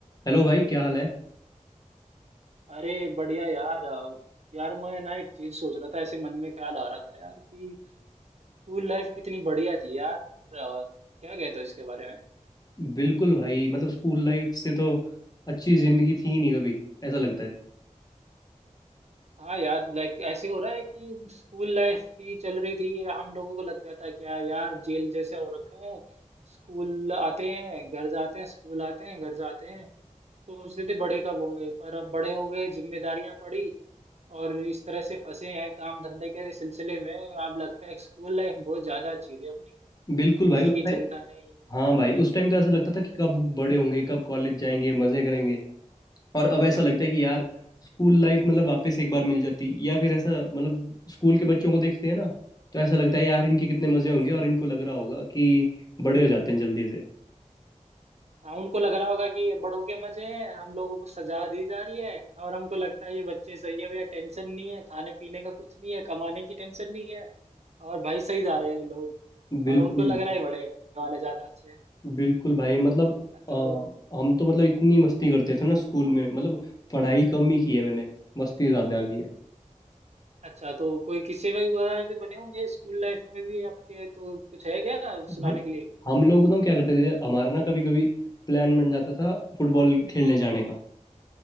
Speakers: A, on the left (about 30°); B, on the right (about 55°).
A: Hello भाई क्या हाल है
B: अरे बढ़िया यार अ, यार मैं ना एक चीज सोच रहा था ऐसे मन में ख्याल आ रहा था यार कि स्कूल लाइफ कितनी बढ़िया थी यार अ, क्या कहते हो इसके बारे में
A: बिल्कुल भाई मतलब स्कूल लाइफ से तो अच्छी जिंदगी थी ही नहीं कभी ऐसा लगता है
B: हाँ यार लाइक ऐसे हो रहा है कि स्कूल लाइफ थी चल रही थी हम लोगों को लगता था क्या यार जेल जैसे हो रखा है स्कूल आते हैं घर जाते हैं स्कूल आते हैं घर जाते हैं सोचते थे बड़े कब होंगे पर अब बड़े हो गए जिम्मेदारियां पड़ी और इस तरह से फंसे हैं काम धंधे के सिलसिले में अब लगता है स्कूल लाइफ बहुत ज्यादा अच्छी थी अपनी
A: बिल्कुल
B: किसी
A: भाई उस
B: की
A: टाइम
B: चिंता नहीं
A: हाँ भाई उस टाइम तो ऐसा लगता
B: हाँ
A: था कि कब बड़े होंगे कब कॉलेज जाएंगे मजे करेंगे और अब ऐसा लगता है कि यार स्कूल लाइफ मतलब वापस एक बार मिल जाती या फिर ऐसा मतलब स्कूल के बच्चों को देखते हैं ना तो ऐसा लगता है यार इनके कितने मजे होंगे और इनको लग रहा होगा कि बड़े हो जाते हैं जल्दी से
B: हाँ, उनको लग रहा होगा कि ये बड़ों के मजे हैं हम लोगों को सजा दी जा रही है और हमको लगता है ये बच्चे सही है भैया टेंशन नहीं है खाने पीने का कुछ नहीं है कमाने की टेंशन नहीं है और भाई सही जा रहे हैं लोग
A: बिल्कुल
B: और उनको लग रहा है बड़े वाले ज्यादा अच्छे हैं
A: बिल्कुल भाई मतलब
B: हाँ, तो
A: अ, हम तो मतलब इतनी मस्ती करते थे ना स्कूल में मतलब पढ़ाई कम ही की है मैंने मस्ती ज्यादा की है
B: अच्छा तो कोई किस्से वही वगैरह भी बने होंगे स्कूल लाइफ में भी आपके तो कुछ है क्या सुनाने
A: भाई
B: के लिए
A: हम लोग बताऊँ क्या करते थे हमारा ना कभी कभी प्लान बन जाता था फुटबॉल खेलने जाने का